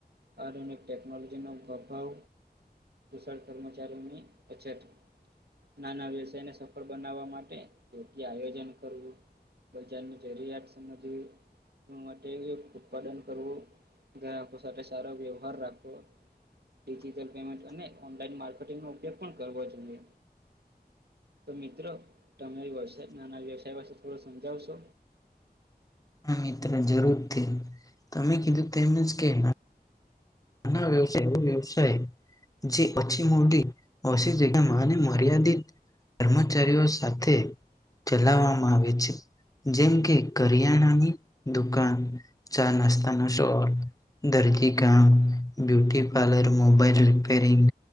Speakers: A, on the right; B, on the left.
A: આધુનિક ટટેકનોલોજીનો અભાવ શળ કર્મચારીઓની અછત નાના વ્યવસાયને સફળ બનાવવા માટે યોગ્ય આયોજન કરવું બજારની જરૂરિયાત સમજવી માટે ઉત્પાદન કરવું ગ્રાહકો સાથે સારો વ્યવહાર રાખવો ડિજિટલ પેમેન્ટ અને ઓનલાઈન માર્કેટંગનો ઉપયોગ પણ કરવો જોઈએ તો મિત્રો તમે વ્યવાય નાના વ્યવસાય પાસે થોડો સમજાવશો
B: હ મિત્ર જરૂર થી તમે કીધું તેમને જ કે ના ના ના વ્યવસાય એવ વ્યવસાય જેછી મોડી <unintelligible> માને મર્યાદિત કર્મચારીઓ સાથે ચલાવવામાં આવે છે જેમ કે કરિયાણાની દુકાન ચા નાસ્તાના સોર ધરતી કામ બ્યુટી પાર્લર મોબાઈલ રિપેરિંગ